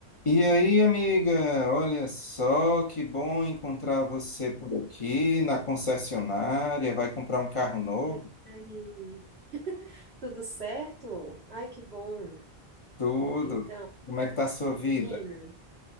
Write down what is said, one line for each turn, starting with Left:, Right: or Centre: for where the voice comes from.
Left: E aí, amiga, olha só que bom encontrar você por aqui na concessionária. Vai comprar um carro novo?
Right: E aí, tudo certo? Ai, que bom.
Left: Tudo.
Right: Então,
Left: Como é que tá a sua vida?
Right: menina.